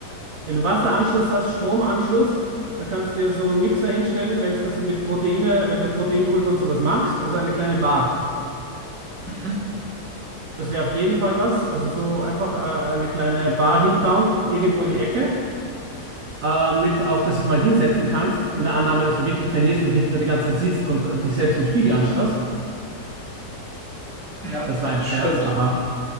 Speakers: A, on the right; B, in the centre.
A: Wenn du Wasseranschluss hast, Stromanschluss, dann kannst du dir so einen Mixer hinstellen, wenn es das mit Proteine, wenn du Proteinpulver und sowas magst, also eine kleine Bar.
B: Mhm.
A: Das wäre auf jeden Fall was. Also so einfach äh, eine kleine Bar hinbauen, irgendwo in die Ecke. Äh, mit auch, dass dich mal hinsetzen kannst, in der Annahme, dass du wirklich trainierst und nicht nur die ganze Zeit sitzt und äh, dich selbst im Spiegel anschaust.
B: Ja,
A: Das war ein
B: das
A: Scherz.
B: stimmt.
A: Aha.